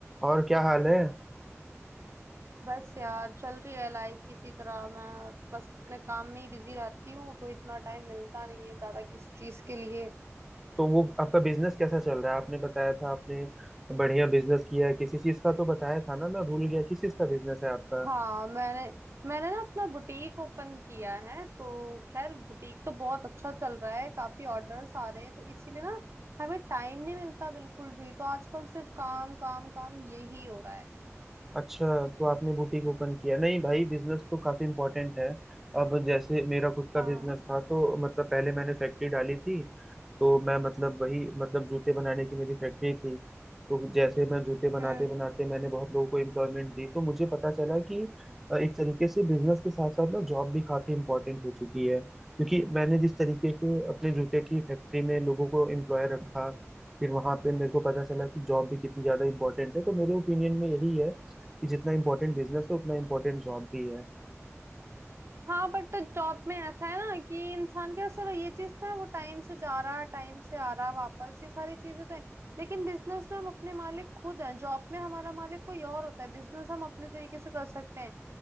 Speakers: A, in the centre; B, on the right (about 60°).
A: और क्या हाल है
B: बस यार चल रही है लाइफ किसी तरह मैं बस अपने काम में ही बिजी रहती हूँ तो इतना टाइम मिलता नहीं है ज्यादा किसी चीज के लिए
A: तो वो आपका बिजनेस कैसा चल रहा है आपने बताया था आपने बढ़िया बिजनेस किया है किसी चीज का तो बताया था ना मैं भूल गया किस चीज का बिजनेस है आपका
B: हाँ मैंने मैंने ना अपना बुटीक ओपन किया है तो खैर बुटीक तो बहुत अच्छा चल रहा है काफी ऑर्डर्स आ रहे हैं तो इसीलिए ना हमें टाइम नहीं मिलता बिल्कुल भी तो आजकल सिर्फ काम काम काम यही हो रहा है
A: अच्छा तो आपने बुटीक ओपन किया नहीं भाई बिजनेस तो काफी इम्पोर्टेंट है अब जैसे मेरा खुद का
B: हाँ
A: बिजनेस था तो मतलब पहले मैंने फैक्ट्री डाली थी तो मैं मतलब वही मतलब जूते बनाने की मेरी फैक्ट्री थी तो जैसे मैं जूते बनाते
B: हम्म
A: बनाते मैंने बहुत लोगों को एम्प्लॉयमेंट दी तो मुझे पता चला कि अ, एक तरीके से बिजनेस के साथ साथ ना जॉब भी काफी इम्पोर्टेंट हो चुकी है क्योंकि मैंने जिस तरीके से अपने जूते की फैक्ट्री में लोगों को एम्प्लॉय रखा फिर वहां पे मेरे को पता चला कि जॉब भी कितनी ज्यादा इम्पोर्टेंट है तो मेरे ओपिनियन में यही है कि जितना इम्पोर्टेंट बिजनेस है उतना इम्पोर्टेंट जॉब भी है
B: हाँ बट तो जॉब में ऐसा है ना कि इंसान के पास चलो ये चीज था वो टाइम से जा रहा टाइम से आ रहा वापस ये सारी चीजें तो है लेकिन बिजनेस में हम अपने मालिक खुद हैं जॉब में हमारा मालिक कोई और होता है बिजनेस हम अपने तरीके से कर सकते हैं